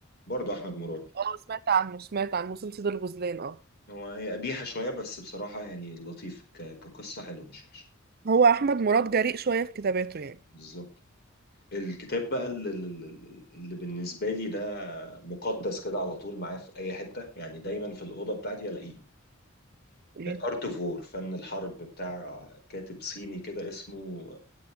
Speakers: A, on the left (about 50°); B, on the right (about 50°).
A: برضه احمد مراد
B: اه سمعت عنه سمعت عن موسم سيد الغزلان اه
A: هو هي قبيحه شويه بس بصراحه يعني لطيف ك- كقصه حلوه مش وحشه
B: هو احمد مراد جريء شويه في كتاباته يعني
A: بالظبط الكتاب بقى اللي, اللي بالنسبه لي ده مقدس كده على طول معايا في اي حته يعني دايما في الاوضه بتاعتي الاقيه
B: ايه
A: ارت اوف وور فن الحرب بتاع كاتب صيني كده اسمه